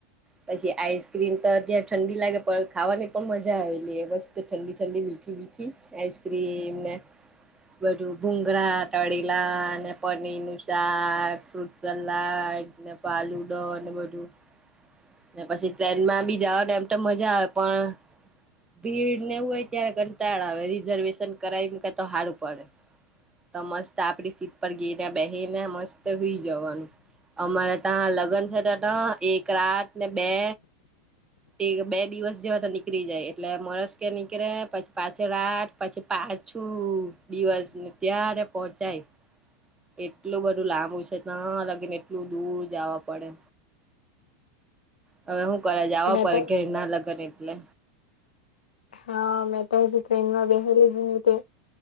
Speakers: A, on the right; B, on the left.
A: પછી આઈસક્રીમ તો અત્યારે ઠંડી લાગે પણ ખાવાની પણ મજા આવેલી બસ તે ઠંડી ઠંડી <unintelligible> આઈસક્રીમ ને બધું ભુંંગરા તળેલા અને પનીર નું શાક ફટલા <inaudible> ને પાલુંદો ને બધું ને પછી ટ્રેનમાં બી જાઓ તો એમ તો મજા આવે પણ ભીડ નેવું હોય ત્યારે કંટાળ આવે રિઝર્વેશન કરાવી મુકે તો હારું પડે. તો મસ્ત આપડી સીટ પર ગીને બેહીને મસ્ત હુઈ જવાનું અમારે ત્યાં લગન છે ત તા એક રાત ને બે એ બે દિવસ જેવા તો નીકળી જાય એટલે મોણસ કે નીકળે પછી પાછળ રાત પછી પા પાછું દિવસ ન ત્યારે પોહોંચાય. એટલું બધું લાંબુ છે તા લગીન એટલું દૂર જવા પડે હવે હું કરે જાવા
B: મેં
A: પડે
B: તો
A: ઘેર ના લગન એટલે
B: હા મેં તો હજુ ટ્રેનમાં બેહેલી જ ની તે